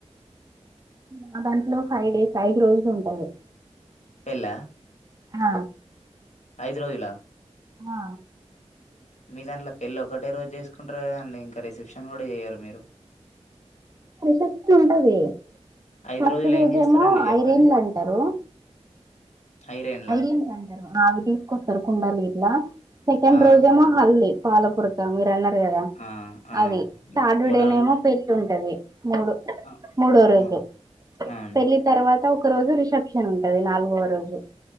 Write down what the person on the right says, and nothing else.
నా దాంట్లో ఫైవ్ డేస్ ఐదు రోజులు ఉంటాయి
ఆ
హా
రిసెప్షన్ ఉంటది
ఫస్ట్
రోజేమో
ఐరేన్లు అంటారు
ఐదం అంటారు సుకొస్తారు కుండాల ఇట్లా సెకండ్
రోజేమో హల్ది పాలపురక మీరు అన్నారు కదా
అది
థర్డ్
డే
పెళ్ళి ఉంటది మూడు
మూడో రోజు
పెళ్ళి తర్వాత ఒక రోజు రిసెప్షన్ రిసెప్షన్ ఉంటది నాలుగో రోజు